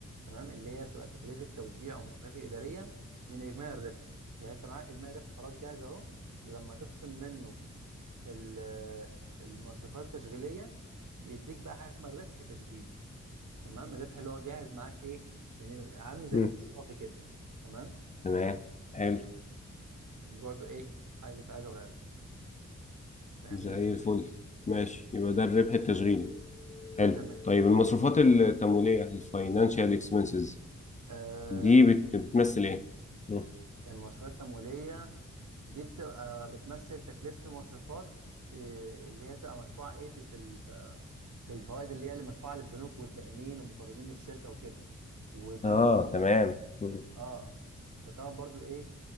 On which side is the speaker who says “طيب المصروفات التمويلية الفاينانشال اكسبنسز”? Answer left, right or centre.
Left